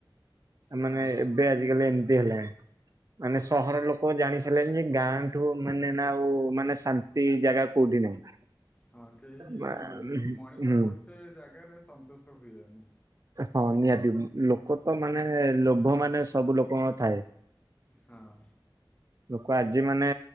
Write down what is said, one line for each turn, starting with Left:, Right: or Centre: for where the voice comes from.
Right: ଆ, ମାନେ
Left: ହଁ
Right: ଏବେ ଆଜିିକାଲି ଏମିତି ହେଲାଣି। ମାନେ ସହର ଲୋକ ଜାଣି ସାରିଲେଣି ଯେ ଗାଁଠୁ ମାନେ ନା ଆଉ ମାନେ ଶାନ୍ତି ଜାଗା କୋଉଠି ନାହିଁ।
Left: ହଁ କେହି
Right: ମା
Left: ମଣିଷ
Right: ହୁଁ
Left: ଗୋଟେ ଜାଗାରେ ସନ୍ତୋଷ ହୁଏନି।
Right: ହଁ ନିହାତି ଲୋକ ତ ମାନେ ଲୋଭ ମାନେ ସବୁ ଲୋକଙ୍କ ଥାଏ।
Left: ହଁ।
Right: ଲୋକ ଆଜି ମାନେ